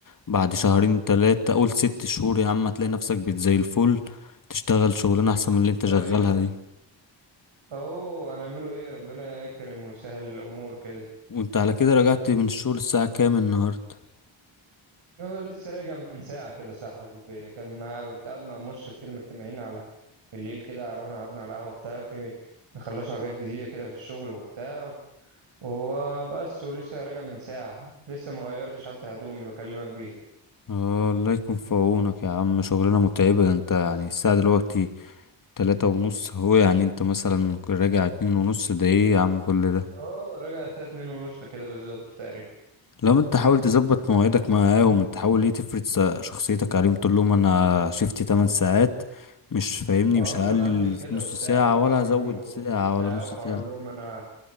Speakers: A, on the left (about 45°); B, on the right (about 80°).
A: بعد شهرين تلاتة قول ست شهور يا عم هتلاقي نفسك بت زي الفل تشتغل شغلانة احسن من اللي انت شغالها
B: ايوه
A: دي
B: اهو هنعمله ايه ربنا يكرم ويسهل الامور كده
A: وانت على كده رجعت من الشغل الساعة كام النهاردة
B: انا لسه راجع من ساعه كده صاحبي كان مع كنت قاعد مع مشرف كده مجتمعين على بالليل كده رحنا قعدنا على قهوه بتاع في بيخلصوا حاجات جديده كده في الشغل وبتاع وهو بس ولسه راجع من ساعه لسه ما غيرتش حتى هدومي بكلمك بيها
A: اه الله يكون في عونك يا عم شغلانة متعبة ده انت يعني الساعة دلوقتي تلاتة ونص هو يعني انت مثلا راجع اتنين ونص ده ايه يا عم كل ده
B: اه راجع الساعه اتنين ونص كده بالظبط تقريبا
A: لو انت حاول تظبط مواعيدك معاهم انت حاول ايه تفرض س- شخصيتك عليهم تقول لهم انا شفتي 8 ساعات مش فاهمني
B: اه
A: مش هقلل
B: ما انا عامل كده
A: نص
B: وبتاع
A: ساعة
B: واعمل
A: ولا هزود
B: لهم جروب
A: ساعة
B: وبتاع
A: ولا نص
B: واقول
A: ساعة
B: لهم انا